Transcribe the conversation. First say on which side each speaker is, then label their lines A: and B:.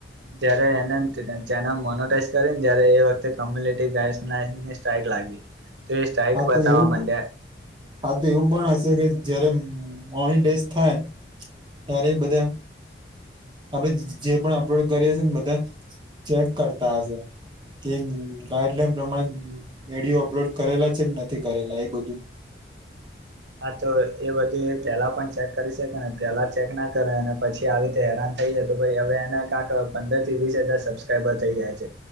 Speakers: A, on the right (about 85°); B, on the right (about 25°).
A: જયારે એને ચેનલ મોનોટાઈઝ કરીએન જ્યારે એતો તમને લોકોને ગાઈસ નાઈસ <unintelligible> સાઈક લાગી તે એ સ્ટ્રાઇક
B: હા
A: બતાવવા
B: તો એવું
A: માંડે
B: હા, તો એવું પણ હશે કે જયારે મોર્નિંગ ડેઝ થાય ત્યારે બધા આપડે જે પણ અપલોડ કરીએશે ને બધા ચેક કરતા હશે કે ગાઈડલાઈન પ્રમાણે વિડીયો અપલોડ કરેલા છે કે નથી કરેલા એ બધું
A: હા, તો એ બધું એ પેલા પણ ચેક કરી શકે ને પેલા ચેક ના કરે અને પછી આવી રીતે હેરાન થઈ જતુ હવે અને કાક પંદર થી વીસ હજાર સબસ્ક્રાઈબર થઈ ગયા છે